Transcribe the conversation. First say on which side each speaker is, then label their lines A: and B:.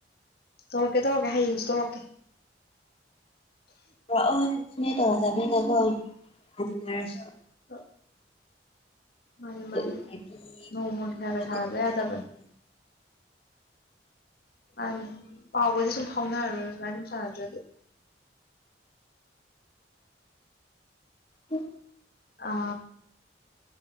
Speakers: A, on the left (about 55°); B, on the left (about 30°).
A: ꯇꯧꯔꯛꯀꯦ ꯇꯧꯔꯀꯦ ꯍꯌꯦꯡꯁꯨ ꯇꯧꯔꯀꯦ
B: ꯑꯣ ꯁꯅꯦ ꯇꯣꯔꯥ ꯇꯥꯕꯤꯅꯀꯣꯔꯁꯨ
A: ꯑ ꯃꯥꯅꯤ ꯃꯥꯅꯤ
B: ꯎꯗ꯭ꯔꯗꯤ
A: ꯅꯣꯡꯃ
B: ꯇꯤꯟꯅꯗꯕꯒꯨꯝꯅ
A: ꯐ ꯊꯥ ꯂꯩꯦ ꯑꯗꯕꯟ
B: ꯂꯩꯌꯦ
A: ꯑꯅꯤ ꯄꯥꯎꯒꯗꯤ ꯁꯨꯝ ꯐꯥꯎꯅꯔꯔꯣꯏ ꯐꯥꯏ ꯁ ꯁꯥꯟꯅꯗ꯭ꯔꯗꯤ
B: ꯎ
A: ꯑ